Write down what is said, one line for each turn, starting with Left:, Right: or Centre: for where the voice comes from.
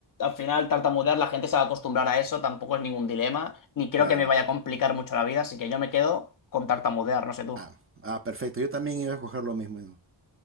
Left: al final tartamudear la gente se va a acostumbrar a eso, tampoco es ningún dilema, ni
Right: Claro.
Left: creo que me vaya a complicar mucho la vida, así que yo me quedo con tartamudear, no sé tú.
Right: Ah, ah, perfecto. Yo también iba a escoger lo mismo.